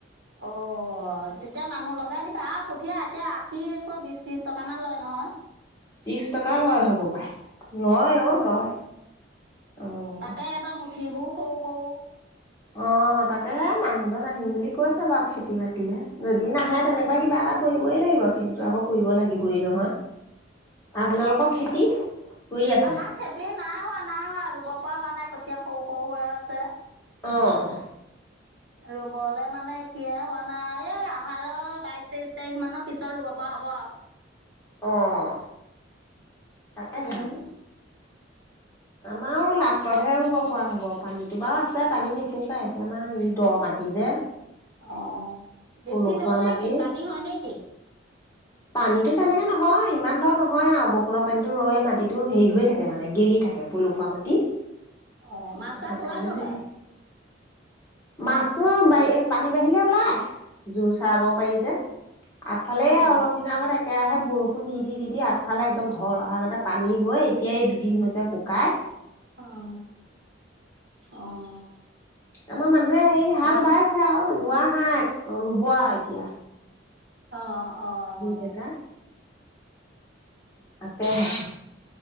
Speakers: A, on the right; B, on the left.
A: অ', তেতিয়া মানুহ লগাই দিবা আৰু ক কঠীয়া এতিয়া আশিকৈ বিচ, ত্ৰিচ টকামান লয় নহয়।
B: ত্ৰিশ টকা লয় হ'ব পাই, লয় অ', লয়, অ'।
A: তাকে <unintelligible> সৰু, সৰু।
B: অ', তাকে, মানুহজন আহিম বুলি কৈছে বাৰু খেতি বাতিলে যদি নাহে তেনেকুৱাই কিবা এটা কৰিবই লাগিব খেতিটো আকৌ কৰিব লাগিবই
A: অ
B: নহয়, আপোনালোকৰ খেতি? কৰি আছে
A: আমাৰ খেতি নাই হোৱা, নাই হোৱা ৰুব পৰা হোৱা নাই, কঠীয়া সৰু, সৰু হৈ আছে।
B: অ'।
A: ৰুবলে মানে এতিয়া হোৱা নাই, এই আহাৰৰ বাইচ, তেইচ তাৰিখ মানৰ পিছত ৰুব পৰা হ'ব আৰু।
B: অ'। তাকেহে
A: <inaudible>
B: আমাৰো লাষ্টতহে ৰুব পৰা হ'ব পানীতো বাৰু আছে, পানী নুশুকাই এতিয়া আমাৰ হেৰি দ' মাট টি, যে
A: অ', বেছি
B: পলসুৱা
A: দ' নেকি?
B: মাটি
A: পানী হয়, নেকি?
B: পানীতো তেনেকে নহয় ইমান দ' নহয় আৰু বৰষুণৰ পানীটো ৰৈ মাটিটো হেৰি হৈ থাকে মানে, গেলি থাকে। পলসুৱা মাটি।
A: অ', মাছ, চাছ
B: সেইকাৰণে
A: ওলাই নোলাই?
B: সেই মাছটো বাই-পানী বাঢ়িলে ওলাই, জোৰ চৰাব পাৰি যে আগফালে এয়া
A: অ
B: অলপ আগত একেৰাহে বৰষুণ দি, দি, দি, দি আগফালে একদম ঢল অহা আগতে পানী হৈ এতিয়াই এই দুদিন হৈছে শুক কাই
A: অ', অ'।
B: আমাৰ মানুহে হেৰি হাল
A: মা
B: বাইছে আৰু, ৰোৱা নাই, ৰুব আৰু এতিয়া।
A: অ', অ'।
B: কেটা তাকেহে,